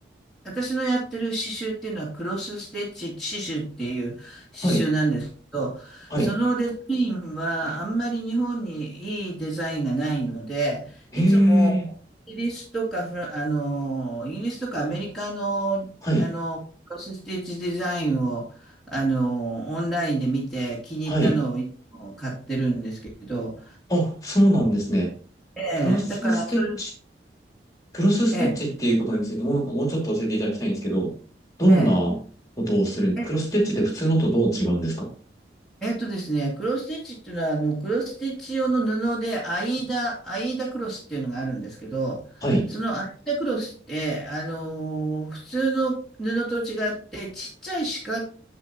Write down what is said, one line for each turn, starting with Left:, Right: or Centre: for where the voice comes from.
Centre: 私のやってる刺繍っていうのはクロスステッチ刺繍っていう刺
Left: はい、
Centre: 繍なんですけど、
Left: はい。
Centre: そのデザインはあんまり日本にいいデザインがないので、
Left: ええ
Centre: いつもイギリスとかフラ、あの、イギリスとかアメリカの、
Left: はい、
Centre: あの、クロスステッチデザインを、あの、オンラインで見て気に入ったのをいつも買ってるんですけど、
Left: はい。あ、そうなんですね。
Centre: ええ、
Left: クロスステッチ、
Centre: だからそれ、
Left: クロスステッチっていうことについてもう、
Centre: ええ、
Left: もうちょっと教えていただきたいんですけど、どんなことをする、
Centre: ええ
Left: クロスステッチって普通のとどう違うんですか
Centre: えっとですね、クロスステッチっていうのは、あの、クロスステッチ用の布で、アイーダ、アイーダクロスっていうのがあるんですけど、
Left: はい。
Centre: そのアイーダクロスって、あのー普通の布と違って、ちっちゃい四角